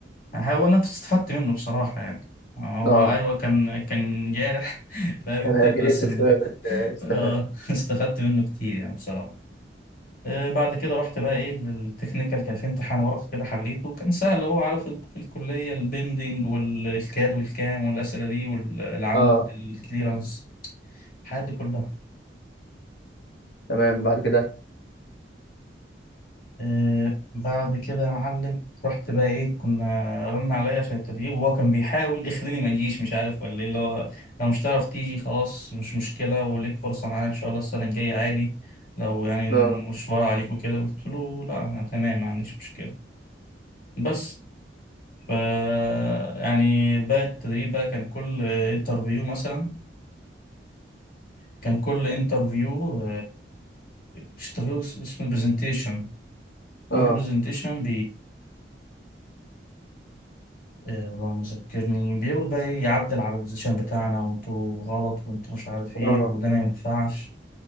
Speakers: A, on the left (about 55°); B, on the left (about 70°).
A: هو انا استفدت منه بصراحة يعني هو
B: اه
A: ايوه كان كان جارح <laughs> فاهم انت
B: كان اجريسيف
A: بس ال-
B: شويه بس آه،
A: <laughs>
B: استفدت
A: آه، استفدت منه كتير يعني بصراحة آه، بعد كده رحت بقى ايه للتكنيكال كان في امتحان ورقي كده حليته كان سهل هو عارف ال- في الكلية البندنج والكاد والكام والأسئلة دي والعمود
B: اه
A: الكليرانس الحاجات دي كلها
B: تمام بعد كده
A: آه بعد كده يا معلم رحت بقى ايه كنا رن عليا عشان التدريب وهو كان بيحاول يخليني ما اجيش مش عارف ولا ايه اللي هو لو مش تعرف تيجي خلاص مش مشكله وليك فرصه معانا ان شاء الله السنه الجايه عادي لو يعني المشوار
B: اه
A: عليك وكده قلت له لا انا تمام ما عنديش مشكله بس ف يعني بقى التدريب بقى كان كل انترفيو مثلا كان كل انترفيو مش انترفيو اسمه برزنتيشن كل
B: اه
A: برزنتيشن آه، اللهم ذكرني بيقعد بقى إيه يعدل على البوزيشن بتاعنا وانتوا غلط وانتوا مش عارف ايه
B: اه
A: وده ما ينفعش